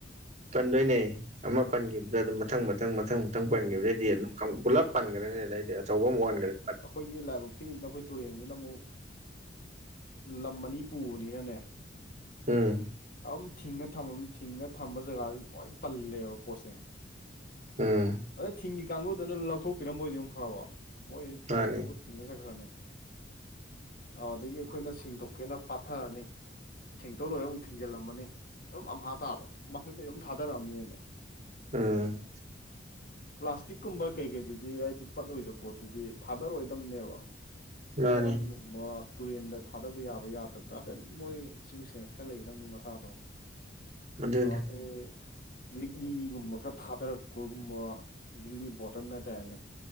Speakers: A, on the right; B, on the left.
A: ꯄꯟꯗꯣꯏꯅꯦ ꯑꯃ ꯄꯟꯒꯤꯕꯗ ꯑꯗꯨꯝ ꯃꯊꯪ ꯃꯊꯪ ꯃꯊꯪ ꯈꯤꯇꯪ ꯄꯟꯒꯤꯕꯗꯩꯗꯤ
B: ꯎꯝ
A: ꯑꯗꯨꯝ ꯄꯨꯂꯞ ꯄꯟꯒ꯭ꯔꯅꯤ ꯑꯗꯩꯗꯤ ꯑꯆꯧꯕ ꯑꯝ ꯑꯣꯟꯈ꯭ꯔꯦ
B: ꯈꯣꯏꯒꯤ ꯂꯥꯏꯕꯛ ꯊꯤꯔꯤꯖꯤꯅ ꯈꯣꯏ ꯇꯨꯔꯦꯟꯖꯤꯅ ꯃꯨꯛ ꯂꯝ ꯑꯅꯤ ꯄꯨꯕꯅꯤꯅꯅꯦ
A: ꯎꯝ
B: ꯗꯨꯝ ꯊꯤꯡꯉ ꯊꯝꯃꯃꯤ ꯊꯤꯡꯉ ꯊꯝꯕ ꯖꯒꯥꯗ ꯂꯣꯏ ꯄꯜꯂꯦꯕ ꯄꯣꯠꯁꯦ
A: ꯎꯝ
B: ꯑꯗ ꯊꯤꯡꯉꯤ ꯀꯥꯡꯕꯨꯗꯨꯅ ꯂꯧꯊꯣꯛꯄꯤꯔꯝꯕ ꯑꯣꯏꯗꯤ ꯃꯐꯕ ꯃꯣꯏꯗꯤ ꯊꯤꯡꯐꯝ
A: ꯃꯥꯅꯤ
B: ꯊꯣꯛꯄ ꯊꯤꯡꯉ ꯆꯈ꯭ꯔꯅꯤ ꯑꯥꯗꯒꯤ ꯑꯩꯈꯣꯏꯅ ꯁꯦꯡꯗꯣꯛꯀꯦꯅ ꯐꯥꯊꯔꯅꯤ ꯁꯦꯡꯇꯣꯛ ꯂꯣꯏꯔ ꯑꯃꯨꯛ ꯊꯤꯡꯖꯤꯜꯂꯝꯃꯅꯤ ꯑꯗꯨꯝ ꯑꯝꯍꯥ ꯇꯥꯕ ꯃꯊꯛꯇꯩ ꯑꯗꯨꯝ ꯊꯥꯗꯔꯛꯑꯕꯅꯤꯅꯦ
A: ꯎꯝ
B: ꯄ꯭ꯂꯥꯁꯇꯤꯛꯀꯨꯝꯕ ꯀꯩꯀꯩꯗꯨꯗꯤ ꯑꯩꯗꯤ ꯄꯠꯂꯣꯏꯗꯕ ꯄꯣꯠꯇꯨꯗꯤ ꯊꯥꯗꯔꯣꯏꯗꯝꯅꯦꯕ
A: ꯃꯥꯅꯤ
B: ꯆꯦꯔꯪ ꯒꯨꯝ ꯕ ꯇꯨꯔꯦꯟꯗ ꯊꯥꯗꯕ ꯌꯥꯕ ꯌꯥꯗꯕꯗ ꯍꯥꯏꯐꯦꯠ ꯃꯣꯏ ꯁꯤꯕꯤꯛ ꯁꯦꯟꯁ ꯈꯔ ꯂꯩꯒꯗꯕꯅꯤ ꯃꯁꯥꯗꯣ
A: ꯑꯗꯨꯅꯤ
B: ꯑꯗꯩ ꯂꯤꯛꯂꯤꯒꯨꯝꯕ ꯈꯔ ꯊꯥꯗꯔꯛ ꯀꯣꯔꯒꯨꯝꯕ ꯂꯤꯛꯂꯤ ꯕꯣꯇꯟ ꯍꯥꯏꯇꯥꯔꯦꯅꯦ